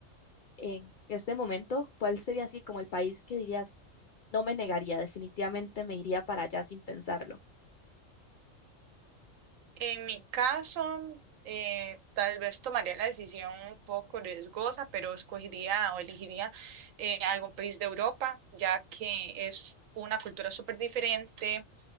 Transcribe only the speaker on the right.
En mi caso, eh, tal vez tomaría la decisión un poco riesgosa, pero escogería o elegiría eh, algún país de Europa, ya que es una cultura súper diferente